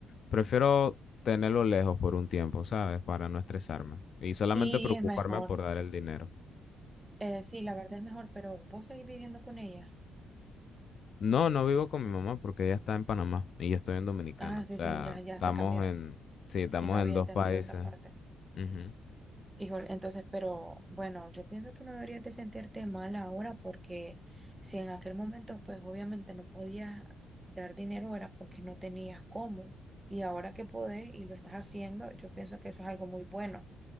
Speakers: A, on the left; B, on the right.
A: prefiero tenerlo lejos por un tiempo, ¿sabes? Para no estresarme y solamente
B: Sí,
A: preocuparme
B: es mejor.
A: por dar el dinero.
B: Eh, sí, la verdad es mejor, pero vos seguís viviendo con ella.
A: No, no vivo con mi mamá porque ella está en Panamá y yo estoy en Dominicana.
B: Ah, sí,
A: O sea,
B: sí, ya, ya
A: estamos
B: se cambiaron.
A: en, sí, estamos
B: Sí, no había
A: en dos
B: entendido
A: países.
B: esa parte.
A: Ujú.
B: Híjole, entonces, pero bueno, yo pienso que no deberías de sentirte mal ahora porque si en aquel momento, pues obviamente no podías dar dinero era porque no tenías cómo. Y ahora que podés y lo estás haciendo, yo pienso que eso es algo muy bueno.